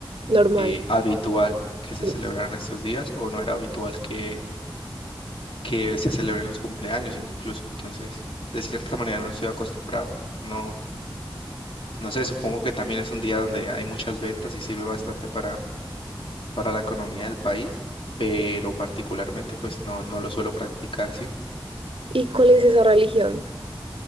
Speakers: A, on the right (about 75°); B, on the left (about 85°).
A: normal,
B: eh, habitual que
A: sí.
B: se celebraran estos días o no era habitual que, que se celebren los cumpleaños incluso. Entonces, de cierta manera no estoy acostumbrado. No, no sé, supongo que también es un día donde hay muchas ventas y sirve bastante para, para la economía del país, pero particularmente pues no, no lo suelo practicar, ¿sí?
A: ¿Y cuál es esa religión?